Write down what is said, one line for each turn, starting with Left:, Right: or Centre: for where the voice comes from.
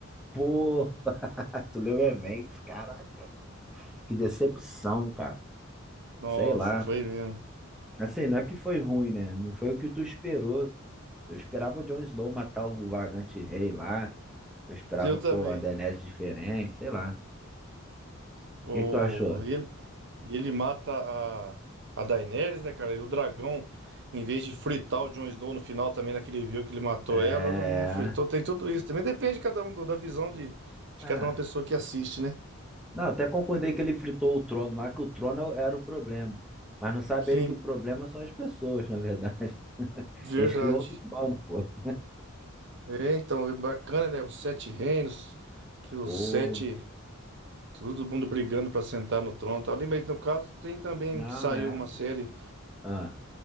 Centre: pô, <laughs> tu leu minha mente, caraca. Que decepção, cara.
Right: Nossa,
Centre: Sei lá.
Right: foi mesmo.
Centre: Assim, não é que foi ruim, né? Não foi o que tu esperou. Eu esperava o Jon Snow matar o Vagante Rei lá. Eu esperava,
Right: Eu também.
Centre: pô, a Daenerys diferente, sei lá. O
Right: O,
Centre: que que tu achou?
Right: ele, ele mata a, a Daenerys, né, cara? E o dragão, em vez de fritar o Jon Snow no final também, naquele viu que ele matou
Centre: É...
Right: ela, ela não fritou. Tem tudo isso. Também depende de cada um, do- da visão de, de
Centre: Ah.
Right: cada uma pessoa que assiste, né?
Centre: Não, até concordei que ele fritou o trono lá, que o trono era o problema. Mas não sabe
Right: Sim,
Centre: ele que o problema são as pessoas, na verdade. <laughs>
Right: verdade.
Centre: Eles criam outro trono, pô.
Right: É, então, é bacana, né? Os Sete Reinos, que os
Centre: Pô,
Right: sete. Todo mundo brigando pra sentar no trono e tal ali, mas no caso tem também
Centre: não,
Right: que saiu
Centre: é,
Right: uma
Centre: pô.
Right: série
Centre: Ah,